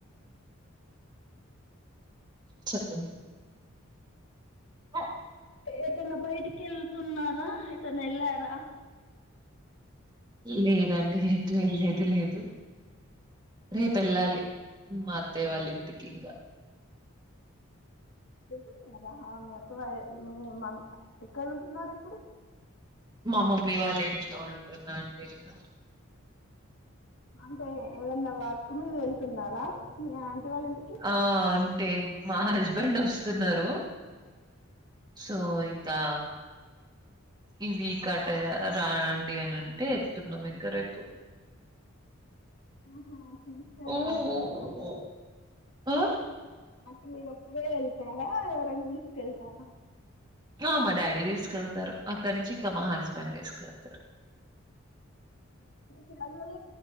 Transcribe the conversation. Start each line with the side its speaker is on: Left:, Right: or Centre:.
Right: చెప్పు ఆ
Left: ఏటన్న బయటికి ఎళ్తున్నారా ఎటైనా ఏళ్లారా.
Right: లేదండి ఎటు వెళ్ళేది లేదు. రేపు వెళ్ళాలి మా అత్తయ్య వాళ్ళ ఇంటికి ఇంకా
Left: వెళ్తున్నారా మీ అత్తవాళ్ళు మీ మ ఎక్కడ ఉంటున్నారు ఇప్పుడు
Right: మా మమ్మీ వాళ్ల ఇంట్లో ఉంటున్నాండి నీను
Left: అంటే ఏదన్నా వర్క్ మీద వెళ్తున్నారా వాళ్ళ ఇంటికి
Right: ఆ అంటే మా హస్బెండ్ వస్తు వస్తున్నారు సో ఇంకా ఇ వికాటే రాండి అని అంటే వెళ్తుతున్నాం ఇంకా రేపు
Left: ఆహా ట్రిప్ కి వెళ్తున్నారా
Right: ఓ ఓ ఓ ఆ
Left: అద మీరు ఒప్పువే వెళ్తారా ఎవరనా తీసుకెళ్తారా
Right: ఆ మా డాడీ తీసుకెళ్తారు అక్కడి నుంచి ఇంకా మా హస్బెండ్ తీసుకెళ్తారు
Left: కాజల